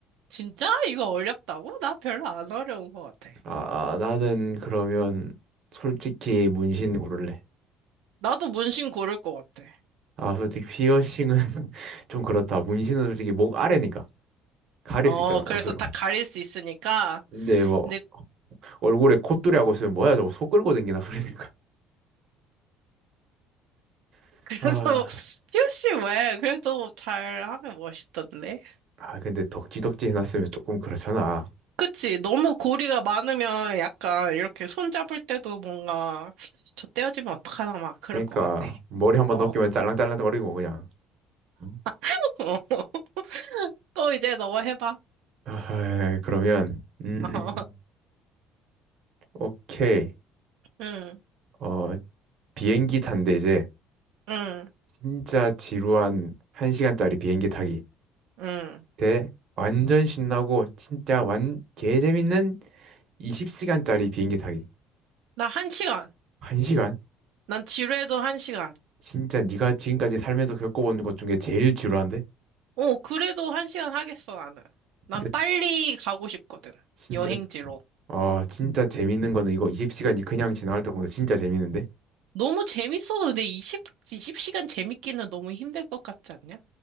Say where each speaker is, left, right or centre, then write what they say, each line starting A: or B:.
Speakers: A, on the right; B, on the right.
A: 진짜? 이거 어렵다고? 나 별로 안 어려운 것 같아.
B: 아, 나는 그러면, 솔직히 문신 고를래.
A: 나도 문신 고를 것 같아.
B: 아, 솔직히 피어싱은 <laughs> 좀 그렇다. 문신은 솔직히 목 아래니까 가릴
A: 어,
B: 수 있잖아,
A: 그래서
B: 옷으로.
A: 다 가릴 수 있으니까.
B: 근데 뭐
A: 근데
B: 얼굴에 콧뚜리 하고 있으면 뭐야 저거 소 끌고 댕기나 소리 들까. <laughs>
A: 그래도 <laughs>
B: 아,
A: 피어싱 왜? 그래도 잘 하면 멋있던데.
B: 아 근데 덕지덕지 해놨으면 조금 그렇잖아.
A: 그치? 너무 고리가 많으면 약간 이렇게 손잡을 때도 뭔가 저 떼어지면 어떡하나 막 그럴
B: 그러니까
A: 것 같아.
B: 머리 한번
A: 어.
B: 넘기면 짤랑짤랑거리고 그냥. 응?
A: <laughs> 또 이제 너가 해봐.
B: 아, 그러면 음,
A: <laughs> 어.
B: 오케이.
A: 응,
B: 어, 비행기 탄대 이제
A: 응,
B: 진짜 지루한 1시간짜리 비행기 타기.
A: 응.
B: 때 완전 신나고 진짜 완 개재밌는 20시간짜리 비행기 타기.
A: 나 한 시간.
B: 1시간?
A: 난 지루해도 한 시간.
B: 진짜 네가 지금까지 살면서 겪어본 것 중에 제일 지루한데?
A: 어, 그래도 한 시간 하겠어, 나는. 난
B: 진짜 지-
A: 빨리 가고 싶거든.
B: 진짜
A: 여행지로.
B: 아 진짜 재밌는 거는 이거 20시간이 그냥 지나갈 때보다 진짜 재밌는데?
A: 너무 재밌어도 근데 20, 20시간 재밌기는 너무 힘들 것 같지 않냐?